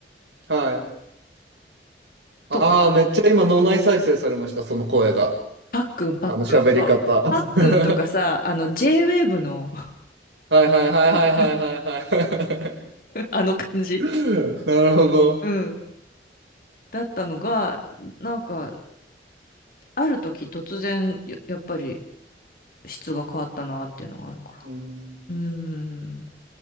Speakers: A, on the right (about 85°); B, on the left (about 50°).
A: はい。ああ、
B: とか、
A: めっちゃ今脳内再生されました、その声が。
B: パックン、パックン。
A: あの喋り方。
B: そう。
A: <laughs> は
B: パックンとかさ、あの、J-Wave の
A: いはいはいはいはいはいは
B: <laughs> あの感じ。
A: い。<laughs> なるほど。
B: うん。だったのが、なんか、ある時突然、ややっぱり質が変わったなっていうのがあるから。
A: うん、
B: うーん。